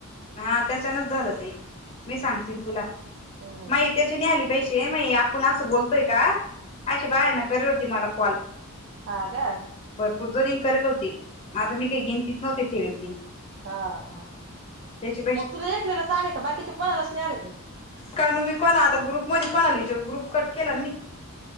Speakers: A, on the left; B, on the right.
A: हा त्याच्यानच झालं ते मी सांगतीन तुला
B: हम्म
A: मयत्याची नाइ आली पैसे य मई आपण असं बोलतोय का? अशी बायान करी होती मला. कॉल.
B: आं काय?
A: तुज रींग करत होती. म आता मी काय गिनतीत नव्हते ठेवेल ती
B: हा हा
A: त्याचे
B: मग तुला एकलेला च आले का बाकीच्या कोणालाच नाही. का मग
A: कान मी कोण आता ग्रुप मध्ये कोणाला विचारू ग्रुप फुकट केला मी.